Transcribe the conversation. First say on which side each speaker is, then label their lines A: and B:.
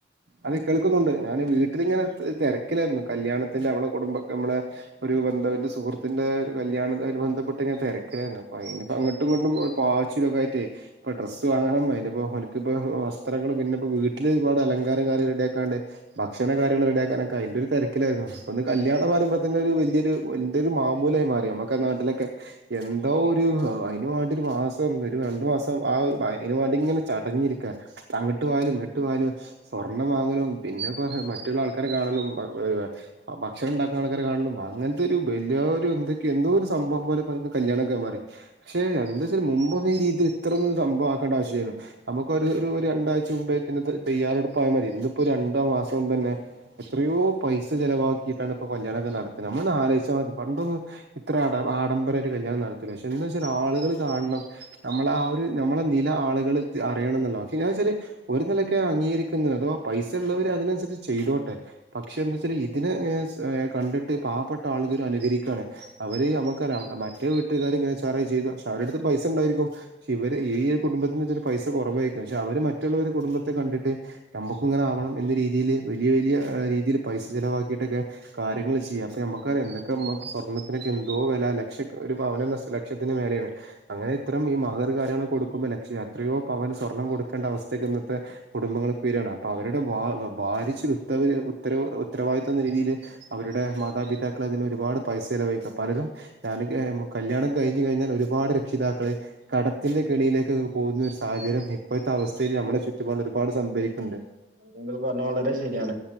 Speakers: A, on the right; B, on the right.
A: അതെ കേൾക്കുന്നുണ്ട് ഞാന് വീട്ടിലിങ്ങനെത് തെരക്കിലായിരുന്നു കല്യാണത്തിന്റെ അവളെ കുടുംബക്ക മ്മളെ ഒരു ബന്ധവ്ന്റെ സുഹൃത്തിന്റെ ഒരു കല്യാണക്കായിട്ട് ബന്ധപ്പെട്ട്ങ്ങനെ തെരക്കിലായിരുന്നു അപ്പ അയിന് പ്പ അങ്ങോട്ടും ഇങ്ങട്ടും ഒരു പാച്ചി ത്തിരുവോക്കായിട്ടെ അപ്പ ഡ്രസ്സ് വാങ്ങണം അതിന്റെപ്പൊ പനി ക്ക്പ്പോ വസ്ത്രങ്ങള് പിന്നെപ്പോ വീട്ടില് ഒരുപാട് അലങ്കാര കാര്യ റെഡിക്കാണ്ട് ഭക്ഷണ കാര്യങ്ങള് റെഡിയാക്കാനൊക്കെ ആയി ന്റെ ഒരു തിരക്കിലായിരുന്നു ഇപ്പൊന്ന് കല്യാണം പറയുമ്പ തന്നെ ഒരു വല്ല്യൊരു വല്ല്യൊരു മാമൂലായി മാറി നമ്മക്ക നാട്ടിലൊക്കെ എന്തോ ഒരു അയിന് വേണ്ടി ഒരു മാസം ഒരു രണ്ടു മാസം ആ ഒ അയിന് വേണ്ടിങ്ങനെ ച ടഞ്ഞിരിക്ക അങ്ങ്ട്ട് പോവലും ഇങ്ങ്ട്ട് പോവലും സ്വർണ്ണം വാങ്ങലും പിന്നെപ്പ മറ്റുള്ള ആൾക്കാരെ കാണലും ഭ ഏഹ് ആ ഭക്ഷണം ഉണ്ടാക്കുന്ന ആൾക്കാരെ കാണുന്നു അങ്ങനത്തെ ഒരു വല്യേരു എന്തൊക്കൊ എന്തോരു സംഭവം പോലെ പ്പ അയ്‌ന് കല്യാണൊക്ക മാറി ക്ഷെ എന്തച്ചാൽ മുമ്പൊന്നു ഈ രീതിൽ ഇത്ര ഒന്ന് സംഭവാക്കണ്ട ആവശ്യല്ല്യാന്നു നമുക്കൊരു രു ഒരു രണ്ടാഴ്ച മുമ്പേ ഇതിനത്ത് തയ്യാറെടുപ്പ് ആയ മതി ഇന്നിപ്പോ ഒരു രണ്ടോ മാസം മുമ്പ്ന്നെ എത്ര യോ പൈസ ചെലവാക്കിട്ടാണ് പ്പൊ കല്യാണക്ക നടത്തണെ നമ്മളൊന്ന് ആലോചിച്ചാൽ മതി പണ്ടൊന്നും ഇത്ര ആട ആഡം രായിട്ട് കല്യാണം നടത്തില്ല പക്ഷെ എന്താന്ന് വെച്ചാൽ ആളുകള് കാണണം നമ്മളെ ആ ഒരു നമ്മളെ നില ആളുകള് അറിയണന്ന് ഉണ്ടാവും പക്ഷെ ഞാൻ എന്ന് വെച്ചാല് ഒരു നിലയ്ക്ക് അംഗീകരിക്കുന്നത് അഥവാ പൈസ ഉള്ളവര് അതിനനുസരിച്ച് ചെയ്തോട്ടെ പക്ഷെ എന്തച്ചാല് ഇതിനെ ഏ സ് ഏ കണ്ടിട്ട് പാവപ്പെട്ട ആളുകര് അനുകരിക്കണ് അവര് അമുക്കറ യാം മറ്റേ വീട്ടുകാര് ഇങ്ങനെ ഉസാറായ് ചെയ്തു പക്ഷേ അവരെടുത്ത് പൈസ ഉണ്ടായിരിക്കും പക്ഷെ ഇവര് ഈ ഒരു കുടുംബത്തിന് ഇതൊരു പൈസ കുറവായിക്കും പക്ഷെ അവര് മറ്റുള്ളവരെ കുടുംബത്തെ കണ്ടിട്ട് നമ്മുക്കും ഇങ്ങനെ ആവണം എന്ന രീതില് വലിയ വലിയ ഏഹ് രീതില് പൈസ ചിലവാക്കിട്ടൊക്കെ കാര്യങ്ങള് ചീയ്യാ അപ്പ ഞമ്മക്കറയ എന്തൊക്കെ നമ്മക്ക് ഇപ്പ സ്വർണത്തിനൊക്കെ എന്തോ വെല ആ ലക്ഷക്ക ഒരു പവന് ഇന്ന് അസ ലക്ഷത്തിന് മേലെണ് അങ്ങനെ ഇത്രേം ഈ മഹർ കാര്യങ്ങള് കൊടുക്കുമ്പോ ലക്ഷ എത്രയോ പവൻ സ്വർണ്ണം കൊടുക്കണ്ട അവസ്ഥക്ക് ഇന്നത്തെ കുടുംബങ്ങൾക്ക് വര്യണ് അപ്പൊ അവരുടെ ഭാ ഭാരിച്ചൊരു ഉത്ത അവര് ഉത്തരവ് ഉത്തരവാദിത്തം ന്ന രീതില് അവരുടെ മാതാപിതാക്കള് അതിന് ഒരുപാട് പൈസ ചെലവഴിക്ക പലരും ഞാനൊക്കെ മ് കല്യാണം കഴിഞ്ഞു കഴിഞ്ഞാൽ ഒരുപാട് രക്ഷിതാക്കള് കടത്തിന്റെ കെണിയിലേക്ക് പോകുന്നൊരു സാഹചര്യം ഇപ്പോഴത്തെ അവസ്ഥേല് നമ്മുടെ ചുറ്റുപാടില് ഒരുപാട് സംഭവിക്കുന്നുണ്ട്
B: അത് ഇങ്ങൾ പറഞ്ഞത് വളരെ ശരിയാണ്